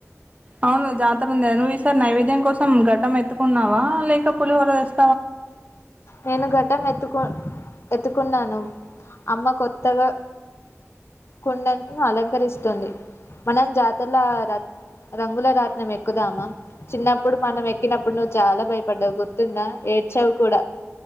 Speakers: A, on the right; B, on the left.
A: అవును జాతర ఉంది నువ్వు ఈసారి నైవేద్యం కోసం ఘట్టం ఎత్తుకున్నావా లేక పులిహోర తేస్
B: నేను ఘట్టం ఎత్తుకోన్ ఎత్తుకున్నాను అమ్మ కొత్తగా కుండను అలంకరిస్తుంది మనం జాతల రంగుల రా నం ఎక్కుదామా చిన్నప్పుడు మనం ఎక్కినప్పుడు నువ్వు చాలా భయపడ్డావు గుర్తుందా ఏడ్చావ్ కూడా